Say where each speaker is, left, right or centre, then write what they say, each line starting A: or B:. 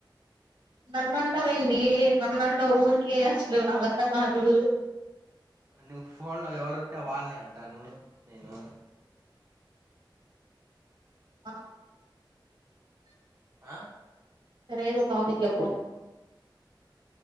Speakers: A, on the right; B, on the right.
A: నన్ను అంటావేంది నన్ను అంటా ఊరికే అస్సలు నాకు అర్థం కాదు
B: ఆ ఫోన్ లో ఎవరు ఉంటే వాళ్ళని అంటాను నేను
A: ఆహ
B: ఆ
A: సరే ఎదో ఒక టాపిక్ చెప్పు